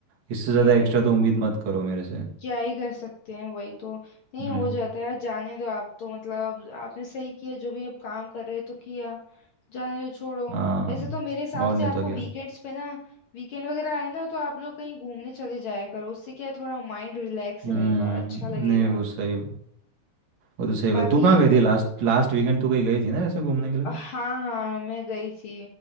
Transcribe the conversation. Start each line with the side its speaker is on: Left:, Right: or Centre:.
Right: इससे ज़्यादा
Left: हम्म
Right: एक्स्ट्रा तो उम्मीद मत करो मेरे से
Left: क्या ही कर सकते हैं वही तो नहीं
Right: हम्म
Left: हो जाता है यार जाने दो आप तो मतलब अब आपने सही किया जो भी अब काम कर रहे हो तो किया जाने दो छोड़ो
Right: हाँ
Left: वैसे तो मेरे हिसाब
Right: और नहीं
Left: से आपको
Right: तो क्या
Left: वीकेंड्स पे ना वीकेंड वगैरह आए ना तो आप लोग कहीं घूमने चले जाया करो उससे क्या है, थोड़ा माइंड रिलैक्स
Right: हम्म
Left: रहेगा और अच्छा लगेगा
Right: नहीं वो सही वो तो सही बात
Left: बाकी
Right: तू कहाँ गई थी लास्ट लास्ट वीकेंड तू कहीं गई थी ना ऐसे घूमने के लिए
Left: हाँ हाँ मैं गई थी